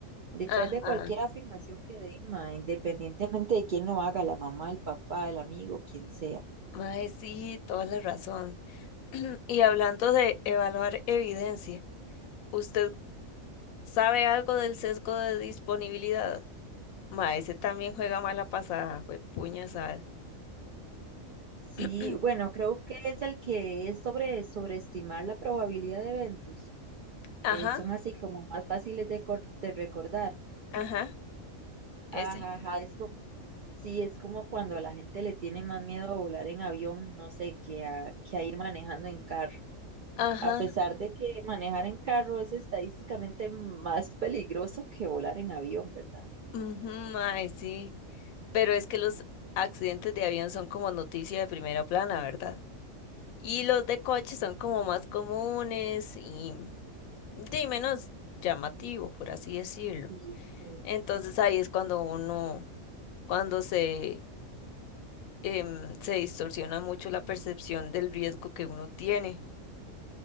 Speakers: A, on the right; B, on the left.
A: Detrás
B: Ajá.
A: de cualquier afirmación que den, mae, independientemente de quién lo haga, la mamá, el papá, el amigo, quien sea.
B: Mae, sí, toda la razón. <clears throat> Y hablando de evaluar evidencia, ¿usted sabe algo del sesgo de disponibilidad? Mae, ese también juega mala pasada, juepuñas al.
A: Sí,
B: <clears throat>
A: bueno, creo que es el que es sobre sobreestimar la probabilidad de eventos. que
B: Ajá,
A: son así como más fáciles de, cor- de recordar.
B: ajá, ese.
A: Ajá, ajá, es como, sí, es como cuando a la gente le tiene más miedo a volar en avión, no sé, que a, que a ir manejando en carro.
B: Ajá,
A: A pesar de que manejar en carro es estadísticamente más peligroso que volar en avión, ¿verdad?
B: ujú, mae, sí. Pero es que los accidentes de avión son como noticia de primera plana, ¿verdad? Y los de coche son como más comunes y de menos llamativo, por así decirlo.
A: Sí, es cierto.
B: Entonces ahí es cuando uno cuando se, em, se distorsiona mucho la percepción del riesgo que uno tiene.